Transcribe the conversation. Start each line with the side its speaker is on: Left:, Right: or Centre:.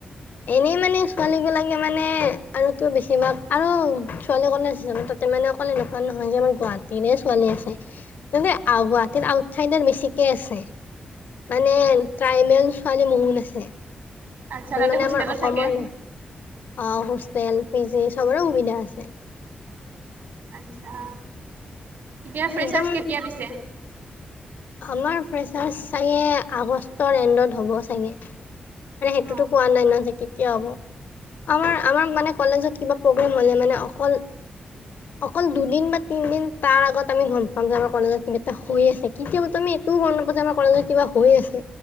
Left: এনেই মানে ছোৱালী বিলাকে মানে আৰুতো বেছিভাগ আৰু ছোৱালী কলেজ তাতে মানে অকল এনেকুৱা নহয় যে আমাৰ গুৱাহাটীৰে ছোৱালী আছে গুৱাহাটীৰ আউট চাইডাৰ বেছিকে আছে। মানে ট্ৰাইবেল ছোৱালী বহুত আছে। যোন
Right: আচ্ছা তাতে
Left: মানে
Right: হোষ্টেলত
Left: আমাৰ অসমৰ
Right: থাকে।
Left: আহ হোষ্টেল, পি জি চবৰে সুবিধা আছে।
Right: আচ্ছা। এতিয়া ফ্ৰেছাৰ্ছ
Left: একদম
Right: কেতিয়া পিছে?
Left: আমাৰ ফ্ৰেছাৰ্ছ চাগে আগষ্টৰ এণ্ডত হ'ব চাগে। মানে সেইটোতো
Right: অ
Left: কোৱা নাই ন যে কেতিয়া হ'ব, আমাৰ আমাক মানে কলেজত কিবা প্ৰগ্ৰেম হ'লে মানে অকল অকল দুদিন বা তিনিদিন তাৰ আগত আমি গম পাম যে আমাৰ কলেজত কিবা এটা হৈ আছে কেতিয়াবাতো আমি এইটোও গম নাপাও যে আমাৰ কলেজত কিবা হৈ আছে